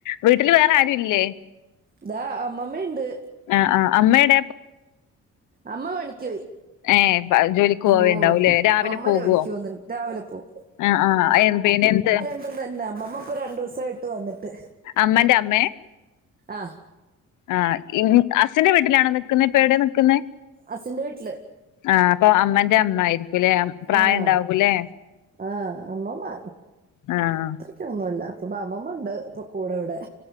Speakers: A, on the left; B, on the right.
A: വീട്ടിൽ വേറെ ആരുല്ലേ?
B: ഇതാ അമ്മമ്മയുണ്ട്.
A: ആഹ് ആഹ് അമ്മയെവിടെ?
B: അമ്മ പണിക്ക് പോയി.
A: ഏഹ് ജോലിക്ക് പോവലുണ്ടാവൂല്ലേ
B: ഓഹ്
A: രാവിലെ
B: അമ്മ
A: പോകുവോ?
B: ജോലിക്ക് പോകുന്നുണ്ട് രാവിലെ പോവും.
A: ആഹ് ആഹ് എമ്പിന് എന്ത്‌?
B: ഇപ്പ തന്നെ അമ്മമ്മ ഇപ്പോ രണ്ടൂസം ആയിട്ട് വന്നിട്ട്.
A: അമ്മന്റെ അമ്മെ.
B: ആഹ്.
A: ആഹ് അച്ഛന്റെ വീട്ടിലാണോ നിക്കുന്നേ ഇപ്പം എവിടെയാ നിക്കുന്നേ?
B: ഹസിന്റെ വീട്ടില്.
A: ആഹ് അപ്പൊ അമ്മന്റെ അമ്മ ആയിരിക്കൂല്ലേ പ്രായ
B: ആഹ്
A: ഉണ്ടാവൂലേ.
B: ആഹ് അമ്മമ്മ
A: ആഹ്
B: അത്രയ്ക്കൊന്നുല്ല അപ്പ അമ്മമ്മയുണ്ട് ഇപ്പൊ കൂടെ ഇവിടെ.